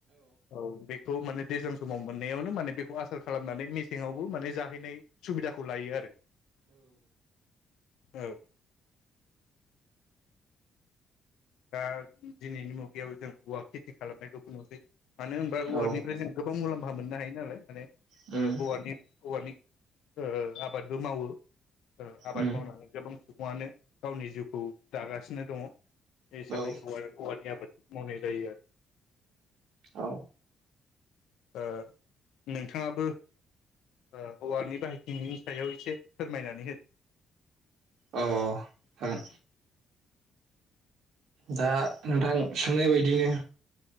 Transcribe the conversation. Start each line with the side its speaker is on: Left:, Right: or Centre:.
Left: औ बे बेखौ माने दैज्लां समाव मोननायावनो माने बेखौ आसार खालामनानै मेसेङावबो माने जाहैनाय सुबिदाखौ लायो आरो औ दा दिनैनि मुगायाव जों औवा खेथि खालामनायखौबो नुसै मानो होनबा औवानिफ्राय
Right: औ
Left: जों गोबां मुलाम मोननो हायो नालाय माने
Right: उम
Left: औ औवानि औवानि ओ ओ आबादबो मावो ओ आबाद
Right: उम
Left: मावनानै गोबां <unintelligible> गावनि जिउखौ दागासिनो दङ बे हिसाबै
Right: औ
Left: औवा औवानि आबाद मावनाय जायो आरो
Right: औ
Left: ओ नोंथाङाबो ओ औवानि बाहायथिनायनि सायाव एसे फोरमायनानै होदो
Right: अह होगोन दा नोंथां सोंनाय बायदिनो